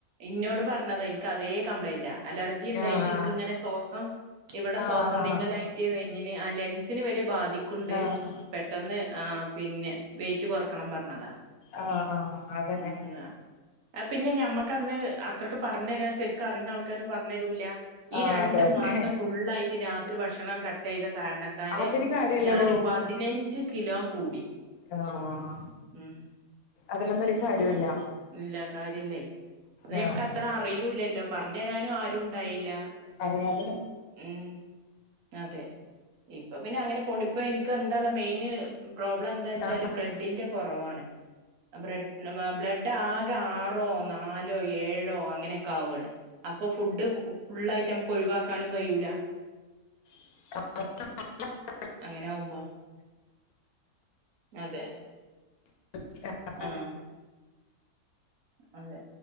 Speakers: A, on the right; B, on the left.
A: ഇന്നോട് പറഞ്ഞതാ എൻക്ക് അതേ കംപ്ലൈന്റാ അലർജി ഇണ്ടായിട്ട്
B: ആഹ്
A: എനക്ക് ഇങ്ങനെ ശ്വാസം എവിടെ
B: ആഹ്
A: ശ്വാസം തിങ്ങലായിട്ട് വഞ്ഞെന്ന് ആ ലെൻസ ത്തിന് വരെ ബാധിക്കുണ്ട്
B: ആഹ് ആഹ്
A: പെട്ടെന്ന് ആ പിന്നെ വെയിറ്റ് കുറക്കണം പറഞ്ഞതാ
B: ആഹ ആഹ് അതന്നെ
A: ഉം അത് പിന്നെ ഞമ്മക്കന്ന് അത്രയ്ക്ക് പറഞ്ഞ് അരാൻ ശരി ക്ക്‌ അറിന്ന ആൾക്കാരും പറഞ്ഞരൂല ഈ
B: ആഹ്
A: രണ്ടു
B: അതെ അതെ
A: മാസം ഫുള്ളായിട്ട് രാത്രി ഭക്ഷണം കട്ട് ചെയ്ത കാരണത്താല്
B: അതില് കാര്യല്ലടോ
A: ഞാന് പതിനഞ്ച് കിലോ കൂടി
B: ആഹ്
A: ഉം
B: അതിലൊന്നും ഒരു കാര്യോം ഇല്ല
A: ഇല്ല കാര്യല്ലേ അത്
B: ആഹ്
A: ഞമ്മക്ക് അത്ര അറിയൂല്ലല്ലോ പറഞ്ഞു തരാനും ആരും ഉണ്ടായില്ല
B: അറിയാ
A: ഉം അതെ ഇപ്പൊ പിന്നെ അങ്ങനെ പോണ്ടി ഇപ്പൊ എനിക്ക് എന്താണ് മെയിൻ പ്രോബ്ലം എന്താച്ചാല്
B: ആ,
A: ബ്ലഡിന്റെ കൊറവാണ് ബ്രഡ് ആഹ് ബ്ലഡ് ആകെ ആറോ നാലോ ഏഴോ അങ്ങനെയൊക്കെ ആവാണ് അപ്പൊ ഫുഡ് ഫ് ഫുള്ളായിട്ട് നമ്മക്ക് ഒഴിവാക്കാനും കഴിയൂല
B: <unintelligible>
A: അങ്ങനെയാകുമ്പോ അതെ
B: <unintelligible>
A: ആഹ് അതെ